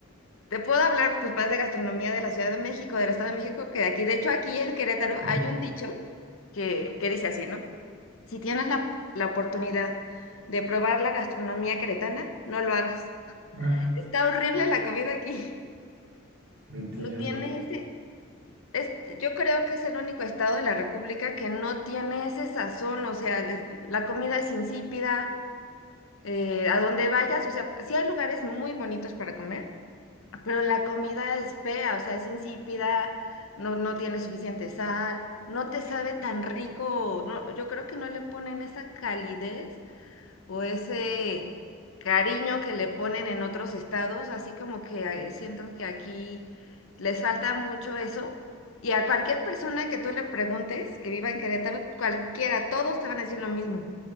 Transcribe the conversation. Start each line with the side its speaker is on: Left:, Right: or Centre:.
Left: te puedo hablar pues más de gastronomía de la Ciudad de México, del Estado de México, que de aquí. De hecho, aquí en Querétaro
Right: Ujú.
Left: hay un dicho que, que dice así, ¿no? Si tienes la, la oportunidad de probar la gastronomía queretana, no lo hagas.
Right: Ah,
Left: Está horrible la comida aquí. <laughs>
Right: entiendo.
Left: No tiene ese... es- yo creo que es el único estado de la República que no tiene ese sazón, o sea, les- la comida es insípida, eh, a donde vayas, o sea, sí hay lugares muy bonitos para comer Pero la comida es fea, o sea, es insípida, no, no tiene suficiente sal, no te sabe tan rico, no, yo creo que no le ponen esa calidez o ese cariño que le ponen en otros estados, así como que eh, siento que aquí les falta mucho eso. Y a cualquier persona que tú le preguntes que viva en Querétaro, cualquiera, todos te van a decir lo mismo.